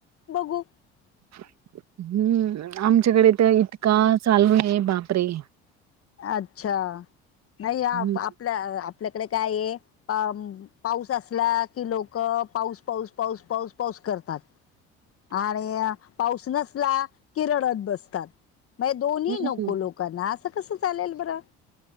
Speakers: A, on the left; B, on the right.
A: बघू.
B: हम्म! आमच्याकडे तर इतका चालू आहे बापरे!
A: अच्छा! नाही आपल्या
B: हम्म
A: आपल्याकडे काय आहेअं पाऊस असला की लोक पाऊस पाऊस पाऊस पाऊस पाऊस करतात. आणि पाऊस नसला किरळत बसतात. मग दोन्ही
B: हम्म
A: नको लोकांना असं कसं चालेल बरं